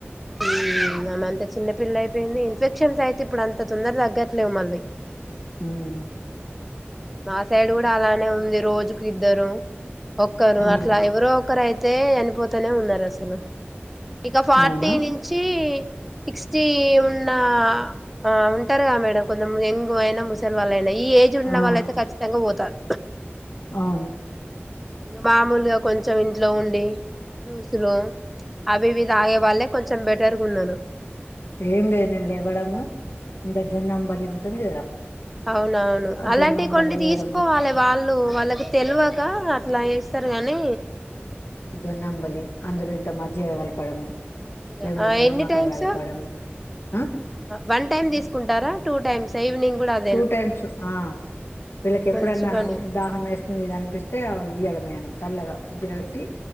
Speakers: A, in the centre; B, on the left.
A: మ్ ఆమెంతా చిన్న పిల్ల అయిపోయింది ఇన్ఫెక్షన్స్ అయితే ఇప్పుడు అంత తొందర తగ్గట్లేదు మళ్ళీ
B: హుమ్
A: మా సైడ్ కూడా అలానే ఉంది రోజుకు ఇద్దరు ఒక్కరు అట్లా
B: మ్
A: ఎవరో ఒకరు అయితే చనిపోతనే ఉన్నారు అసలు ఇక ఫార్టీ
B: అవునా
A: నుంచి సిక్స్టీ ఉన్నా ఆ ఉంటారుగా మేడం కొంచం ఎంగు అయినా ముసలి వాళ్ళు అయినా ఈ ఇంట్ల
B: ఆ
A: వాళ్ళయితే ఖచ్చితంగా పోతారు
B: అవును
A: మామూలుగా కొంచెం ఇంట్లో ఉండి జ్యూసు లు అవివి తాగే వాళ్ళే కొంచెం బెటర్గున్నారు
B: ఏం లేదు నేను లేవ్వడము ఇంత జొన్న అంబలి ఉంటుంది కదా
A: అవునవును అలాంటివి
B: జొన్న అంబలి
A: కొన్ని
B: చేయడము
A: తీసుకోవాలే వాళ్ళు వాళ్ళకి తెలివక అట్లా చేస్తారు కాని
B: జోన్నంబలి అందులో ఇంత మజ్జిగా కలపడము
A: మంచిగా
B: లేకుంటే
A: ఆ
B: ఇంత
A: ఎన్ని
B: నిమ్మకాయ
A: టైమ్స్
B: కలపడం ఆ
A: వన్ టైం తీసుకుంటారా టూ టైమ్స్ ఆ ఈవినింగ్ కూడాఅదే
B: టూ టైమ్స్ ఆ వీళ్ళకి ఎప్పుడన్నా
A: మంచి పని
B: అవే దాహం వేస్తుంది ఇది అనిపిస్తే ఇయడమే ఆయనకు చల్లగా ఫ్రిడ్జ్ లో పెట్టి